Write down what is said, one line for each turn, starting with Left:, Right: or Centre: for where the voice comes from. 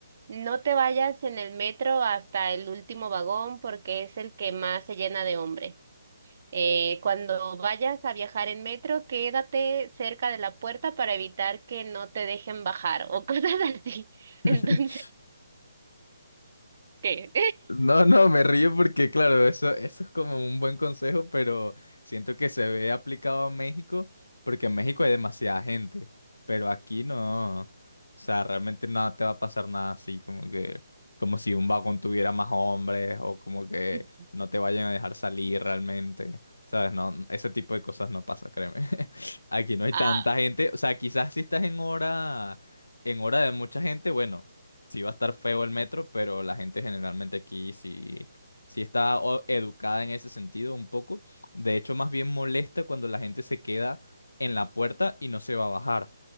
Right: no te vayas en el metro hasta el último vagón porque es el que más se llena de hombres. Eh, cuando vayas a viajar en metro, quédate cerca de la puerta para evitar que no te dejen bajar o <laughs> cosas así.
Left: <laughs>
Right: Entonces, ¿qué?
Left: No, no, me río porque, claro, eso, eso es como un buen consejo, pero siento que se ve aplicado a México, porque en México hay demasiada gente, pero aquí no. O sea, realmente no te va a pasar nada así, como que, como si un vagón tuviera más hombres, o como que
Right: <laughs>
Left: no te vayan a dejar salir realmente. ¿Sabes? No, ese tipo de cosas no pasa, créeme. <laughs> Aquí no hay
Right: Ah,
Left: tanta gente. O sea, quizás si estás en hora, en hora de mucha gente, bueno. sí va a estar feo el metro, pero la gente generalmente aquí sí, sí está o- educada en ese sentido un poco. De hecho, más bien molesta cuando la gente se queda en la puerta y no se va a bajar,